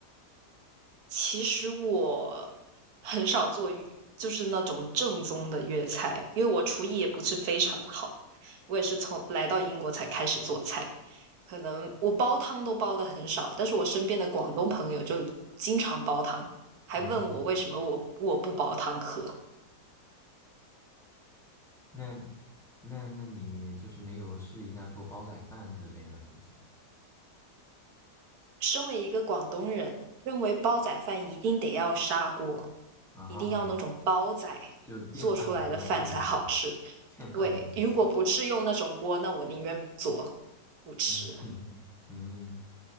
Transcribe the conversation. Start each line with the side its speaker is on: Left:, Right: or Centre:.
Right: 其实我很少做粤就是那种正宗的粤菜，因为我厨艺也不是非常的好，我也是从来到英国才开始做菜。可能我煲汤都煲的很少，但是我身边的广东朋友就经常煲汤，还问我为什么我我不煲汤喝。
Centre: 嗯，那那那你就是没有试一下做煲仔饭之类的东西吗？
Right: 身为一个广东人，认为煲仔饭一定得要砂锅，
Centre: 啊，
Right: 一定要那种煲仔做出来的饭才好吃。
Centre: 就电饭锅是不行，电饭锅不行。
Right: 对，如果不是用那种锅，那我宁愿不做，不吃。
Centre: 嗯嗯嗯，